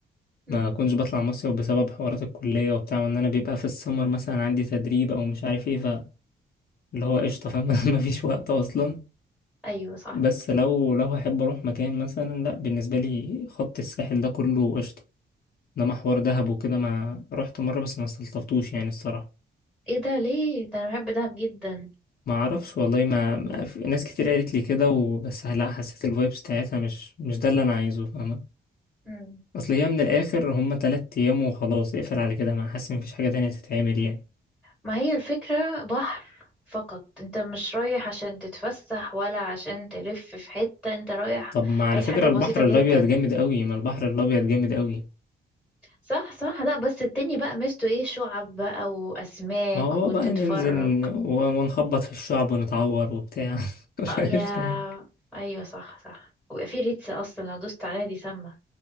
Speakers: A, in the centre; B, on the left.
A: مم.
B: ما كنتش بطلع مصيف بسبب حوارات الكلية وبتاع وان انا بيبقى في السمر مثلا عندي تدريب او مش عارف ايه فاللي هو قشطة فاهم <laughs> مفيش وقت اصلا
A: أيوة صح
B: بس لو لو هحب اروح مكان مثلا لا بالنسبة لي خط الساحل ده كله قشطة انما حوار دهب وكده ما رحت مرة بس ما استلطفتوش يعني الصراحة
A: ايه ده ليه ده أنا بحب دهب جدا
B: ما اعرفش والله ما, ما في ناس كتير قالت لي كده وبس لا حسيت الفايبس بتاعتها مش مش ده اللي انا عايزه فاهمة
A: مم.
B: اصل هي من الاخر هما تلات ايام وخلاص اقفل على كده ما حاسس إن مفيش حاجة تانية تتعمل يعني
A: ما هي الفكرة بحر فقط انت مش رايح عشان تتفسح ولا عشان تلف في حتة انت رايح
B: طب ما على
A: عايز
B: فكرة
A: حاجة
B: البحر
A: بسيطة جدا
B: الأبيض جامد قوي ما البحر الأبيض جامد قوي
A: صح صح لا بس التاني بقى ميزته ايه شعب بقى واسماك
B: ما هو
A: وتتفرج
B: بقى ننزل و- ونخبط في الشعب ونتعور وبتاع <laughs> قشطة
A: آه يا
B: يعني
A: ايوه صح صح ويبقى في ريتسة اصلا لو دوست عليها دي سامة